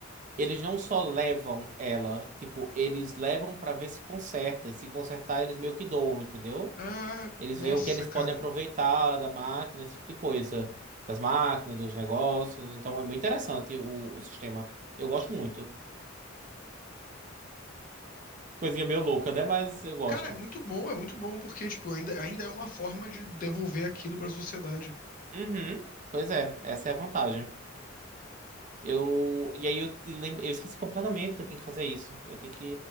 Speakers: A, on the right; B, on the left.
A: Eles não só levam ela, tipo, eles levam pra ver se conserta. E se consertar, eles meio que doam, entendeu?
B: Ah,
A: Eles
B: nossa,
A: veem o que eles
B: cara.
A: podem aproveitar da máquina, esse tipo de coisa. Das máquinas, dos negócios. Então é muito interessante o, o sistema. Eu gosto muito. Coisinha meio louca, né? Mas eu gosto.
B: Cara, é muito bom, é muito bom, porque, tipo, ainda, ainda é uma forma de devolver aquilo pra sociedade.
A: Uhum. Pois é, essa é a vantagem. Eu, e aí eu, te lem- eu esqueci completamente que eu tenho que fazer isso. Eu tenho que.